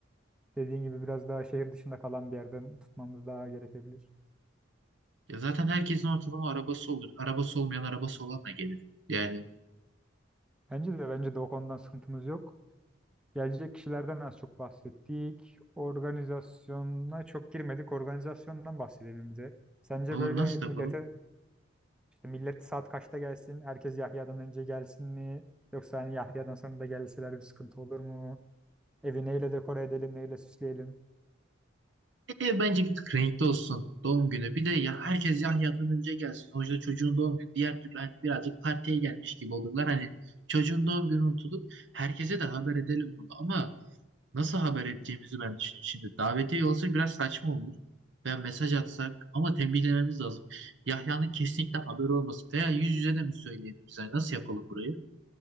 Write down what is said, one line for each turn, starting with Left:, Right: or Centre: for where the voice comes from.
Centre: Dediğin gibi biraz daha şehir dışında kalan bir yerden tutmamız daha gerekebilir.
Right: Ya zaten herkesin ortalama arabası olur. Arabası olmayan arabası olanla gelir. Yani
Centre: Bence de bence de o konudan sıkıntımız yok. Gelecek kişilerden az çok bahsettik. Organizasyona çok girmedik. Organizasyondan bahsedelim bize. Sence
Right: doğru
Centre: böyle
Right: nasıl
Centre: millete
Right: yapalım?
Centre: işte millet saat kaçta gelsin? Herkes Yahya'dan önce gelsin mi? Yoksa hani Yahya'dan sonra da gelseler bir sıkıntı olur mu? Evi neyle dekore edelim, neyle süsleyelim?
Right: Ev bence bir tık renkli olsun doğum günü. Bir de ya herkes Yahya'dan önce gelsin. Sonuçta çocuğun doğum günü. Diğer türlü hani birazcık partiye gelmiş gibi olurlar. Hani çocuğun doğum günü unutulup herkese de haber edelim bunu. Ama nasıl haber edeceğimizi ben düşünüyorum. Şimdi davetiye olsa biraz saçma olur. Veya mesaj atsak ama tembihlememiz lazım. Yahya'nın kesinlikle haberi olmasın. Veya yüz yüze de mi söyleyebiliriz? Yani nasıl yapalım burayı?